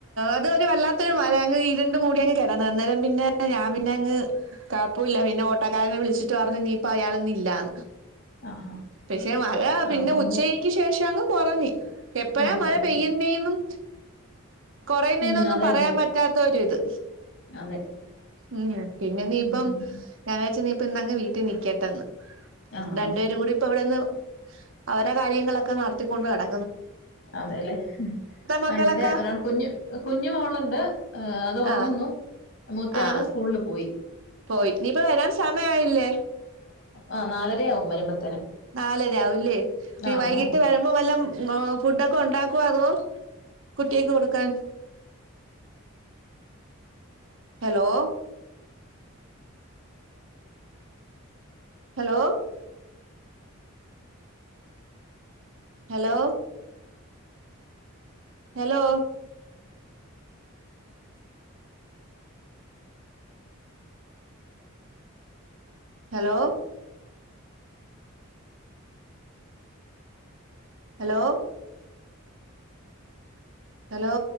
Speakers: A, on the right; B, on the left.
A: അത് ഒരു വല്ലാത്തൊരു മഴ അങ്ങ്ഇരുണ്ട് മൂടി അങ്ങ് കെടന്ന് അന്നേരം പിന്നെ ഞാൻ പിന്നെ അങ്ങ് കൊഴപ്പമില്ല പിന്നെ ഓട്ടക്കാരനെ വിളിച്ചിട്ട് പറഞ്ഞു ഇനിയിപ്പോ അയാളിന്ന് ഇല്ലാന്ന്
B: ആഹാ
A: പക്ഷെ മഴ പിന്നെ
B: അതുകൊണ്ട്
A: ഉച്ചക്ക് ശേഷം അങ്ങ് ഒറങ്ങി എപ്പോഴാ
B: ആ
A: മഴ
B: കുറഞ്ഞു
A: പെയ്യുന്നെന്നും കൊറെയുന്നെന്നും
B: ഉം അതെ
A: പറയാൻ
B: അതെ
A: പറ്റാത്തൊരിത്
B: അതെ
A: ഉം പിന്നെ നീയിപ്പം
B: ഉം
A: ഞായറാഴ്ച നീ ഇന്നങ്ങ് വീട്ടി നിക്കട്ടന്ന്
B: ആഹ്
A: രണ്ടു പേരും കൂടി ഇപ്പൊ അവിടെന്ന് അവരെ കാര്യങ്ങളൊക്കെ നടത്തിക്കൊണ്ട് നട
B: അതെല്ലേ
A: മക്കളൊക്കെ
B: ആ ഇവിടെ ഒരാൾ കുഞ്ഞു കുഞ്ഞു മോളുണ്ട് അത് ഉറങ്ങുന്നു
A: ആഹ്
B: മൂത്തയാള്
A: ആഹ്
B: സ്കൂളിൽ പോയി പൊയി
A: പോയി ഇനിയിപ്പ വരാൻ സമയായില്ലേ
B: ആഹ് നാലര ആകും വരുമ്പത്തേന്
A: നാലര ആവും ഇല്ലേ ഇനി
B: ആ
A: വൈകിട്ട്
B: നാല
A: വരമ്പം വല്ലം ങാ ഫുഡൊക്കെ ഉണ്ടാക്കുവോ അതോ കുട്ടിയക്ക് കൊടുക്കാൻ hello hello hello hello hello hello hello